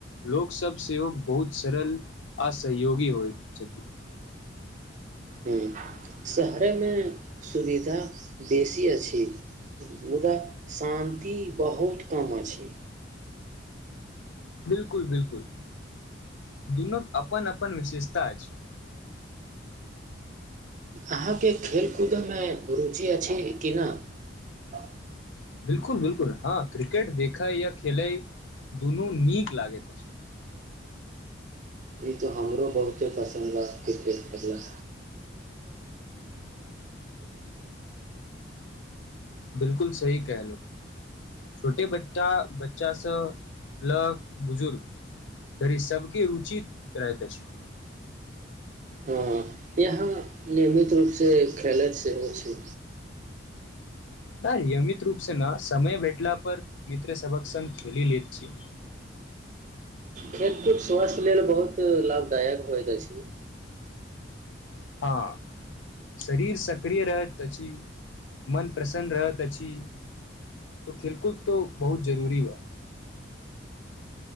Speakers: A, on the left; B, on the right.
A: लोक सब सेहो बहुत सरल आ सहयोगी होइत छथि।
B: ह शहरेमे सुविधा बेसी अछि, मुदा शान्ति बहुत कम अछि।
A: बिलकुल, बिलकुल, दुनूक अपनन अपनन विशेषता अछि।
B: अहाँके खेलकूदमे रुचि अछि कि नहि।
A: बिलकुल, बिलकुल, हँ क्रिकेट देखय या खेलय दुनू नीक लागैत अछि।
B: ई तऽ हमरो बहुते पसन्द रह क्रिकेट खेलना।
A: बिलकुल सही केहलू छोटे बच्चा बच्चा स ल बुजुर्ग धरि सबके रुचि रहैत अछि।
B: हँ यहाँ नियमित रूप से खेलैत सेहो छै।
A: त नियमित रूप से न समय भेटला पर मित्र सबक सङघ खेल लेैत छी।
B: खेलकूद स्वास्थ्य लेल बहुत लाभदायक होइत अछि।
A: हँ, शरीर सक्रिय रहत अछि, मन प्रसन्न रहत अछि त खेलकूद त बहुत जरूरी बा।